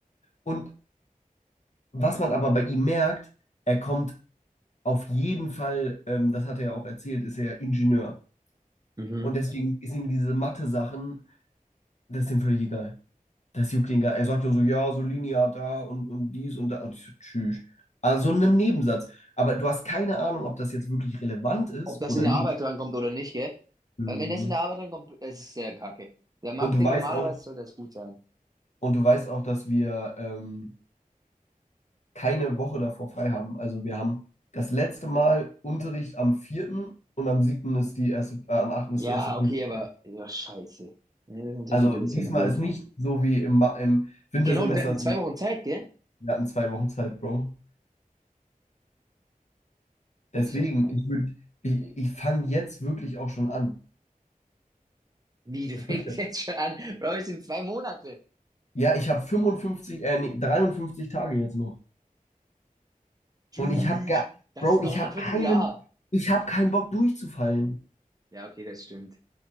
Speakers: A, on the left (about 50°); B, on the right (about 25°).
A: Und Was man aber bei ihm merkt, er kommt auf jeden Fall, ähm, das hat er ja auch erzählt, ist er Ingenieur.
B: Mhm.
A: Und deswegen ist ihm diese Mathe-Sachen, das ist ihm völlig egal. Das juckt ihn gar. Er sagt dann so, ja, so linear da und, und dies und da. Und ich so, tschüss. Also in einem Nebensatz. Aber du hast keine Ahnung, ob das jetzt wirklich relevant ist
B: Ob das
A: oder
B: in der
A: nicht.
B: Arbeit drankommt oder nicht, gell?
A: Mhm.
B: Weil wenn das in der Arbeit drankommt, es ist sehr kacke. Der Marketing
A: Und du weißt
B: normalerweise
A: auch,
B: sollte das gut sein.
A: und du weißt auch, dass wir ähm, keine Woche davor frei haben. Also wir haben das letzte Mal Unterricht am vierten und am siebten ist die erste, äh, am achten
B: Ja,
A: ist die erste Prüfung.
B: okay, aber ja, scheiße. Ja, das ist natürlich
A: Also
B: wieder
A: diesmal
B: ein bisschen blöd.
A: ist nicht so wie im, Ma- im Wintersemester,
B: Genau, wir hatten
A: dass
B: zwei
A: wir
B: Wochen Zeit, gell?
A: wir hatten zwei Wochen Zeit, Bro. Deswegen,
B: Ich das krank.
A: ich würde, ich, ich fange jetzt wirklich auch schon an.
B: Wie, du
A: Es
B: <laughs> fängst
A: bringt ja.
B: jetzt schon an? Bro, es sind zwei Monate.
A: Ja, ich habe 55, äh, nee, 53 Tage jetzt noch.
B: Tschüss.
A: Und ich habe gar,
B: Das
A: Bro,
B: ist noch
A: ich
B: in
A: habe
B: einem Vierteljahr.
A: keinen, ich habe keinen Bock durchzufallen.
B: Ja, okay, das stimmt.